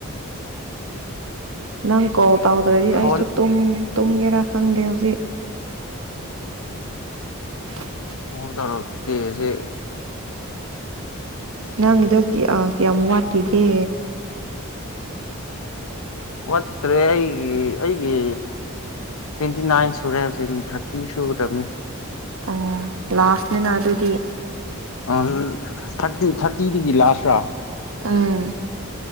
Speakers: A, on the right; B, on the left.
A: ꯅꯪ ꯀꯣꯜ ꯇꯧꯗ꯭ꯔꯗꯤ
B: ꯐꯣꯟ
A: ꯑꯩꯁꯨ ꯇꯨꯝ ꯇꯨꯝꯒꯦꯔꯥ ꯈꯪꯗꯦ ꯍꯧꯖꯤꯛ <unintelligible>
B: ꯀ‌ꯣꯜ ꯇꯧꯔꯛꯀꯦ ꯍꯖꯤꯛ
A: ꯅꯪꯒꯤꯗꯣ ꯀꯤ ꯑꯥ ꯀꯤꯌꯥꯝ ꯋꯥꯠꯂꯤꯒꯦ
B: ꯋꯥꯠꯇ꯭ꯔꯦ ꯑꯩꯒꯤ ꯑꯩꯒꯤ ꯇ꯭ꯋꯦꯟꯇꯤ ꯅꯥꯏꯟ ꯁꯨꯔꯦ ꯍꯧꯖꯤꯛ ꯊꯥꯔꯇꯤ ꯁꯨꯒꯗꯕꯅꯦ
A: ꯑꯣ ꯂꯥꯁꯅꯤꯅ ꯑꯗꯨꯗꯤ
B: ꯑꯣꯝ ꯊꯥꯔꯇꯤ ꯊꯥꯔꯇꯤꯗꯒꯤ ꯂꯥꯁꯔ
A: ꯎꯝ